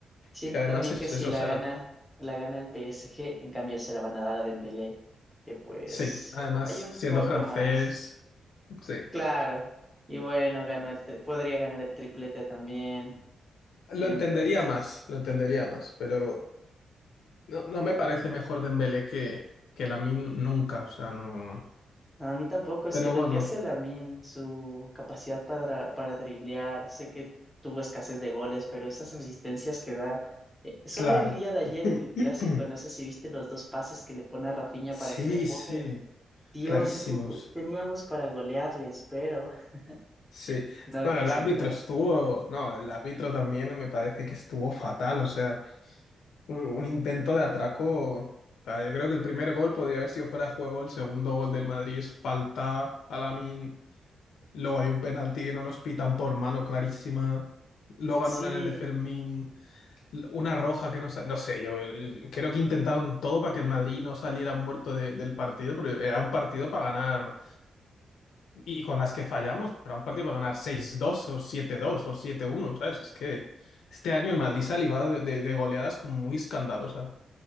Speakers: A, in the centre; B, on the left.
A: Siento
B: Que además
A: también
B: es
A: que si
B: eso,
A: la
B: o sea,
A: gana, la gana el PSG, en cambio se la van a dar a Dembélé, que pues
B: sí, además
A: hay un
B: siendo
A: poco
B: francés,
A: más.
B: sí.
A: Claro. Y bueno, ganó el tri- podría ganar el triplete también.
B: Lo
A: Entonces,
B: entendería más, lo entendería más, pero No, no me parece mejor Dembélé que, que Lamine nunca, o sea, no.
A: a mí tampoco, es
B: Pero
A: que lo
B: bueno,
A: que hace Lamin, su capacidad para, para driblear, sé que tuvo escasez de goles, pero esas asistencias que da, eh, solo
B: claro.
A: el día de ayer
B: <clears throat>
A: en el clásico, no sé si viste los dos pases que le pone a Rafinha
B: Sí,
A: para que la empuje.
B: sí,
A: Dios,
B: clarísimos.
A: es que te- teníamos para golearles, pero <laughs>
B: Sí.
A: no
B: Bueno,
A: quiso
B: el árbitro
A: entrar.
B: estuvo, no, el árbitro también me parece que estuvo fatal, o sea, un, un intento de atraco. O sea, yo creo que el primer gol podía haber sido fuera de juego, el segundo gol del Madrid es falta a Lamine, luego hay un penalti que no nos pitan por mano clarísima, luego
A: Sí,
B: anulan el de Fermín. Una roja que no sa- No sé, yo, yo creo que intentaron todo para que el Madrid no saliera muerto de- del partido, pero era un partido para ganar, y con las que fallamos, pero era un partido para ganar seis dos o siete dos o siete uno ¿sabes? Es que este año el Madrid se ha librado de, de- de goleadas como muy escandalosas.